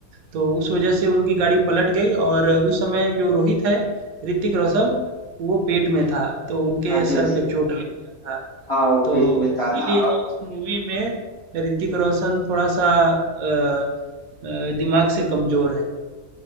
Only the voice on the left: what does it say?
हाँ जी
जी
हाँ वो
पेट में
था ना और